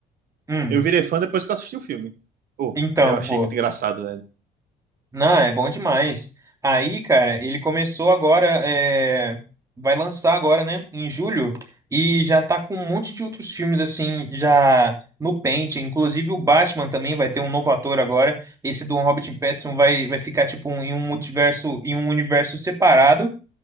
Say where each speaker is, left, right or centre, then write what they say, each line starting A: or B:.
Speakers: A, on the right; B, on the right.
A: Hum,
B: eu virei fã depois que eu assisti o filme. Pô,
A: então,
B: eu achei
A: pô.
B: muito engraçado, né?
A: Não, é bom demais. Aí, cara, ele começou agora, é, vai lançar agora, né, em julho, e já tá com um monte de outros filmes, assim, já no pente. Inclusive o Batman também vai ter um novo ator agora. Esse do Robert Pattinson vai, vai ficar, tipo, um- em um multiverso, em um universo separado.